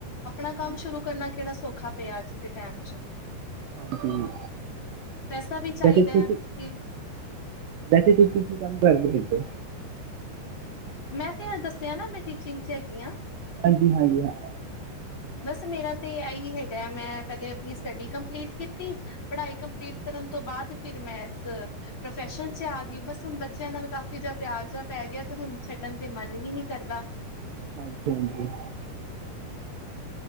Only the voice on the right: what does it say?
ਹਾਂਜੀ
ਹਾਂਜੀ
ਵੈਸੇ ਤੁਸੀਂ
ਵੈਸੇ ਤੁਸੀਂ ਕੀ ਕੰਮ ਕਰਦੇ? ਜਾ ਆ
ਹਾਂਜੀ-ਹਾਂਜੀ ਹਾਂ।
ਹਾਂਜੀ-ਹਾਂਜੀ